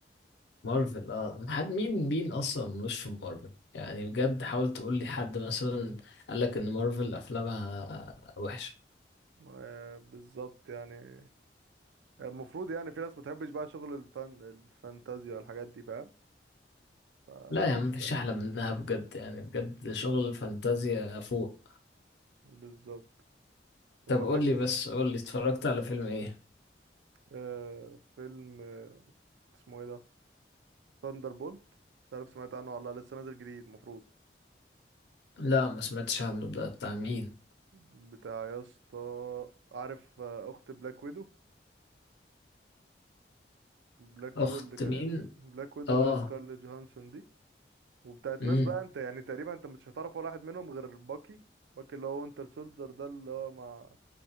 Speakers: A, on the left; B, on the right.
A: مارفل اه حد مين مين اصلا ملوش في مارفل يعني بجد حاول تقول لي حد مثلا قال لك ان مارفل افلامها وحشه
B: آه، بالظبط يعني المفروض يعني في ناس ما بتحبش بقى شغل الفن الفانتازيا والحاجات دي فاهم فقشطة
A: لا يا عم مفيش احلى منها بجد يعني بجد شغل فانتازيا فوق
B: بالظبط وبقول
A: طب قول
B: لك
A: لي بس قول لي اتفرجت على فيلم ايه
B: آه فيلم آه اسمه ايه ده ثاندر بولت مش عارف سمعت عنه ولا لأ، لسه نازل جديد المفروض
A: لا ما سمعتش عنه ده بتاع مين
B: بتاع يا اسطى عارف آه، اخت بلاك ويدو بلاك
A: اخت
B: ويدو اللي كانت
A: مين
B: بلاك ويدو
A: اه
B: اللي هي سكارليت جوهانسون دي وبتاعت
A: امم
B: ناس بقى انت يعني تقريبا انت مش هتعرف ولا واحد منهم غير باكي باكي اللي هو وينتر سولجر ده اللي هو مع